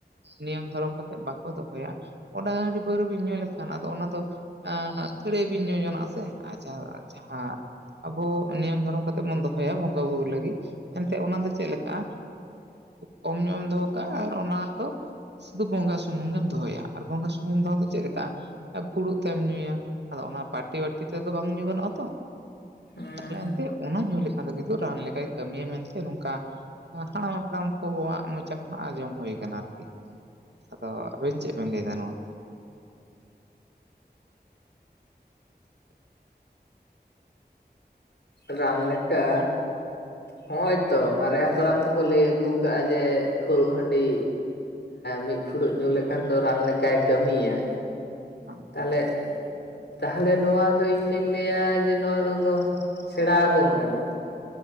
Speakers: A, on the right; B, on the left.
A: ᱱᱤᱭᱚᱢ ᱫᱷᱚᱨᱚᱢ ᱠᱟᱛᱮᱮᱫ ᱵᱟᱠᱚ ᱫᱚᱦᱚᱭᱟ ᱚᱱᱟ ᱦᱺ ᱨᱰᱤ ᱯᱟᱹᱣᱨᱟᱹ ᱵᱤᱱ ᱧᱩ ᱞᱮᱠᱷᱟᱱ ᱟᱫᱚ ᱚᱱᱟ ᱫᱚ ᱟᱹᱛᱷᱟᱹᱲᱤᱭᱟᱹ ᱵᱤᱱ ᱧᱩ ᱡᱚᱱᱟᱜ ᱟ ᱥᱮ ᱟᱨ ᱡᱟᱦᱟᱸ ᱟᱵᱚ ᱱᱤᱭᱚᱢ ᱫᱷᱚᱨᱚᱢ ᱠᱟᱛᱮᱜ ᱵᱚᱱ ᱫᱚᱦᱚᱭᱟ ᱵᱚᱸᱜᱟ ᱵᱩᱨᱩ ᱞᱟᱹᱜᱤᱫ ᱮᱱᱛᱮᱫ ᱚᱱᱟ ᱫᱚ ᱪᱮᱫ ᱞᱮᱠᱟ ᱠᱚᱢ ᱧᱚᱜ ᱮᱢ ᱫᱚᱦᱚ ᱠᱟᱜᱼᱟ ᱟᱨ ᱚᱱᱟ ᱫᱚ᱾ ᱥᱩᱫᱩ ᱵᱚᱸᱜᱟ ᱥᱩᱢᱩᱝ ᱜᱮᱢ ᱫᱚᱦᱚᱭᱟ ᱟᱨ ᱵᱚᱸᱜᱟ ᱥᱩᱢᱩᱝ ᱫᱚᱦᱚ ᱫᱚ ᱪᱮᱫ ᱞᱮᱠᱟ ᱯᱷᱩᱲᱩᱜ ᱛᱮᱢ ᱧᱩᱭᱟ ᱟᱫᱚ ᱚᱱᱟ ᱯᱟᱴᱤ ᱵᱟᱴᱤ ᱛᱮᱫᱚ ᱵᱟᱝ ᱧᱩ ᱜᱟᱱᱚᱜᱼᱟ ᱛᱚ᱾
B: ᱦᱩᱸ
A: ᱛᱟᱯᱨᱮ ᱮᱱᱛᱮ ᱚᱱᱟ ᱧᱩ ᱞᱮᱠᱷᱟᱱ ᱫᱚ ᱠᱤᱱᱛᱩ ᱨᱟᱱ ᱞᱮᱠᱟᱭ ᱠᱟᱹᱢᱤᱭᱟ ᱢᱮᱱᱛᱮ ᱱᱚᱝᱠᱟ ᱦᱟᱲᱟᱢ ᱦᱟᱯᱲᱟᱢ ᱠᱚᱵᱚᱣᱟᱜ ᱢᱚᱪᱟ ᱟᱸᱡᱚᱢ ᱦᱩᱭ ᱟᱠᱟᱱᱟ ᱟᱨᱠᱤ᱾ ᱟᱫᱚ ᱟᱵᱮᱱ ᱪᱮᱫ ᱵᱮᱱ ᱞᱟᱹᱭ ᱮᱫᱟ ᱱᱚᱣᱟ?
B: ᱨᱟᱱ ᱞᱮᱠᱟ᱾ ᱱᱚᱜ ᱚᱭ ᱛᱚ ᱢᱟᱨᱮ ᱦᱟᱯᱲᱟᱢ ᱠᱚᱠᱚ ᱞᱟᱹᱭ ᱟᱹᱜᱩ ᱟᱠᱟᱫᱟᱼᱟ ᱡᱮ ᱯᱷᱩᱲᱩᱜ ᱦᱟᱺᱰᱤ᱾ ᱢᱤᱫ ᱯᱷᱩᱲᱩᱜ ᱧᱩ ᱞᱮᱠᱷᱟᱱ ᱫᱚ ᱨᱟᱱ ᱞᱮᱠᱟᱭ ᱠᱟᱹᱢᱤᱭᱟ᱾
A: ᱟ
B: ᱛᱟᱦᱚᱞᱮ ᱛᱟᱦᱚᱞᱮ ᱱᱚᱣᱟ ᱫᱚ ᱤᱧᱫᱩᱧ ᱞᱟᱹᱭᱟ ᱡᱮ ᱱᱚᱣᱟ ᱫᱚ ᱠᱚ ᱥᱮᱬᱟ ᱟᱵᱚᱱ ᱠᱟᱱᱟ᱾